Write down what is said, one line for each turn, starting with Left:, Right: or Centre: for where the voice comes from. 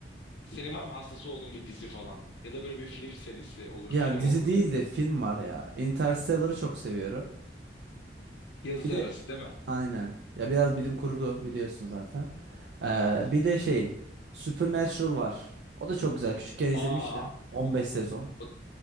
Left: senin var mı hastası olduğun bir dizi falan? Ya da böyle bir film serisi olur,
Right: Ya
Left: film
Right: dizi
Left: olur.
Right: değil de film var ya. Interstellar'ı çok seviyorum.
Left: Yazı
Right: Bir de
Left: arası değil mi?
Right: aynen. Ya biraz bilim kurgu biliyorsun zaten. Ee,
Left: Evet.
Right: bir de şey Supernatural var. O da çok güzel. Küçükken izlemiştim.
Left: Aa,
Right: 15 sezon.
Left: o,